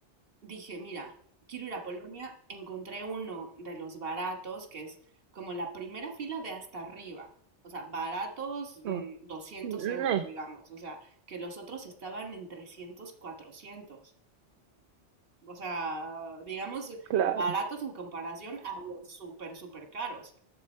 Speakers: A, on the right (about 55°); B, on the right (about 70°).
A: dije, mira, quiero ir a Polonia, encontré uno de los baratos, que es como la primera fila de hasta arriba. O sea, baratos mm,
B: Oh,
A: 200
B: "Mm,
A: euros, digamos. O sea, que los otros estaban en trescientos cuatrocientos O sea, digamos,
B: claro.
A: baratos en comparación a los súper, súper caros.